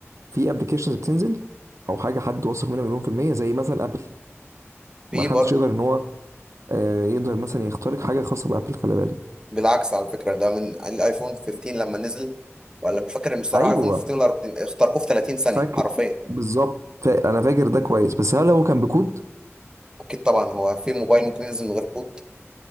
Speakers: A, on the right; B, on the right.
A: في ابلكيشنز بتنزل او حاجه حد واثق منها مليون في الميه زي مثلا ابل
B: في
A: ما حدش
B: برضه
A: يقدر ان هو آه، يقدر مثلا يخترق حاجه خاصه بابل خلي بالك
B: بالعكس على فكره ده من الايفون 15 لما نزل ولا مش فاكر بصراحه
A: ايوه
B: ايفون 15 ولا 14 اخترقوه في 30 ثانيه
A: فاكر
B: حرفيا
A: بالظبط فا- انا فاكر ده كويس بس هل هو كان بكود
B: اكيد طبعا هو في موبايل ممكن ينزل من غير كود